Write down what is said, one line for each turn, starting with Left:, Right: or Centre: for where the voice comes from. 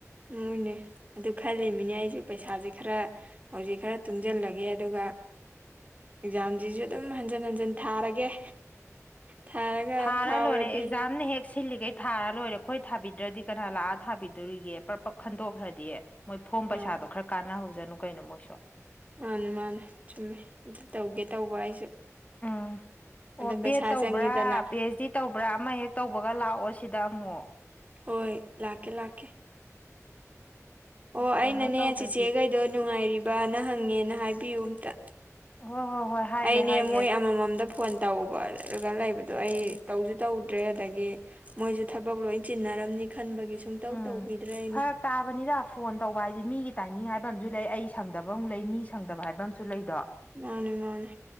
Right: ꯃꯣꯏꯅꯦ ꯑꯗꯨ ꯈꯜꯂꯤꯃꯤꯅꯦ ꯑꯩꯁꯨ ꯄꯩꯁꯥꯁꯦ ꯈꯔ ꯍꯧꯖꯤꯛ ꯈꯔ ꯇꯨꯡꯁꯤꯜꯂꯒꯦ ꯑꯗꯨꯒ ꯑꯦꯛꯖꯥꯝꯁꯤꯁꯨ ꯑꯗꯨꯝ ꯍꯟꯖꯟ ꯍꯟꯖꯟ ꯊꯥꯔꯒꯦ ꯊꯥꯔꯒ
Left: ꯊꯥꯔꯥ
Right: ꯐꯥꯎꯔꯗꯤ
Left: ꯂꯣꯏꯅꯦ ꯑꯦꯛꯖꯥꯝꯅ ꯍꯦꯛ ꯁꯤꯜꯂꯤꯒꯩ ꯊꯥꯔ ꯂꯣꯏꯔꯦ ꯑꯩꯈꯣꯏ ꯊꯥꯕꯤꯗ꯭ꯔꯗꯤ ꯀꯅꯥ ꯂꯥꯛꯑ ꯊꯥꯕꯤꯗꯣꯔꯤꯒꯦ ꯄꯔꯞ ꯄꯔꯞ ꯈꯟꯗꯣꯛꯈ꯭ꯔꯗꯤ ꯃꯣꯏ ꯐꯣꯝ ꯄꯩꯁꯥꯗꯣ
Right: ꯑꯥ
Left: ꯈꯔ ꯀꯥꯟꯅꯍꯧꯁꯅꯨ ꯀꯩꯅꯣ ꯃꯣꯏꯁꯨ
Right: ꯃꯥꯅꯦ ꯃꯥꯅꯦ ꯆꯨꯝꯃꯦ ꯑꯗꯨ ꯇꯧꯒꯦ ꯇꯧꯕ ꯑꯩꯁꯨ
Left: ꯎꯝ
Right: ꯑꯗꯨꯝ
Left: ꯑꯣ
Right: ꯄꯩꯁꯥ
Left: ꯕꯦꯗ ꯇꯧꯕ꯭ꯔꯥ
Right: ꯆꯪꯉꯤꯗꯅ
Left: ꯄꯤ ꯑꯩꯆ ꯗꯤ ꯇꯧꯕ꯭ꯔꯥ ꯑꯃ ꯍꯦꯛ ꯇꯧꯕꯒ ꯂꯥꯛꯑꯣ ꯁꯤꯗ ꯑꯃꯨꯛ
Right: ꯍꯣꯏ ꯂꯥꯛꯀꯦ ꯂꯥꯛꯀꯦ ꯑꯣ ꯑꯩꯅꯅꯦ
Left: ꯀꯩꯅꯣ ꯇꯧꯗ꯭ꯔꯗꯤ
Right: ꯆꯦꯆꯦꯈꯩꯗꯣ ꯅꯨꯡꯉꯥꯏꯔꯤꯕꯅ ꯍꯪꯉꯦꯅ ꯍꯥꯏꯕꯤꯌꯨ ꯑꯝꯇ
Left: ꯍꯣꯏ ꯍꯣꯏ ꯍꯣꯏ ꯍꯥꯏꯒꯦ
Right: ꯑꯩꯅꯦ
Left: ꯍꯥꯏꯒꯦ
Right: ꯃꯣꯏ ꯑꯃꯃꯝꯗ ꯐꯣꯟ ꯇꯧꯕ ꯑꯗꯨꯒ ꯂꯩꯕꯗꯣ ꯑꯩ ꯇꯧꯁꯨ ꯇꯧꯗ꯭ꯔꯦ ꯑꯗꯒꯤ ꯃꯣꯏꯁꯨ ꯊꯕꯛ ꯂꯣꯏ ꯆꯤꯟꯅꯔꯝꯅꯤ ꯈꯟꯕꯒꯤ ꯁꯨꯡꯇꯧ
Left: ꯎꯝ
Right: ꯇꯧꯕꯤꯗ꯭ꯔꯦ ꯑꯩꯅ
Left: ꯐꯔꯛ ꯇꯥꯕꯅꯤꯗ ꯐꯣꯟ ꯇꯧꯕ ꯍꯥꯏꯁꯦ ꯃꯤꯒꯤ ꯇꯥꯏꯃꯤꯡ ꯍꯥꯏꯕ ꯑꯃꯖꯨ ꯂꯩ ꯑꯩ ꯁꯪꯗꯕ ꯑꯃꯨꯛ ꯂꯩ ꯃꯤ ꯁꯪꯗꯕ ꯍꯥꯏꯕ ꯑꯝꯖꯨ ꯂꯩꯗꯣ
Right: ꯃꯥꯟꯅꯦ ꯃꯥꯟꯅꯦ